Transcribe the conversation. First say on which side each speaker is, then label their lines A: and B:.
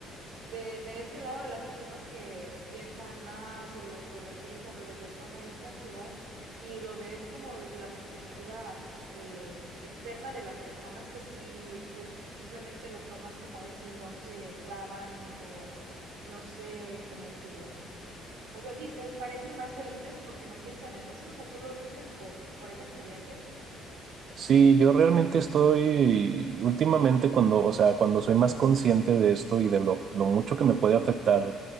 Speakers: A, on the right (about 80°); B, on the right (about 60°).
A: de, de este lado de las personas que piensan más o lo sobrepiensan o les detona esta ansiedad y lo ves como desde la perspectiva eh, externa de las personas que sí, pues simplemente lo toman como es y no se clavan o no sé cómo decirlo. O sea, sí, se parecen más felices porque no piensan en eso. O sea, tú lo dices por, por esa experiencia.
B: Sí, yo realmente estoy últimamente cuando, o sea, cuando soy más consciente de esto y de lo, lo mucho que me puede afectar